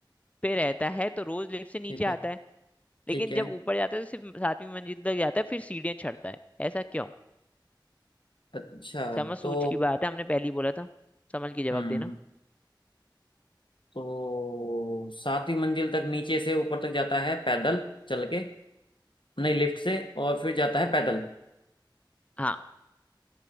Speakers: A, on the left; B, on the left.
A: पे रहता है तो रोज लिफ्ट से नीचे
B: ठीक है
A: आता है लेकिन
B: ठीक है
A: जब ऊपर जाता है तो सिर्फ सातवीं मंजिल तक जाता है फिर सीढ़ियां चढ़ता है ऐसा क्यों
B: अच्छा
A: समझ सूझ
B: तो
A: की बात है हमने पहले ही बोला था समझ के जवाब
B: हम्म
A: देना
B: तो सातवीं मंजिल तक नीचे से ऊपर तक जाता है पैदल चल के नहीं लिफ्ट से और फिर जाता है पैदल
A: हाँ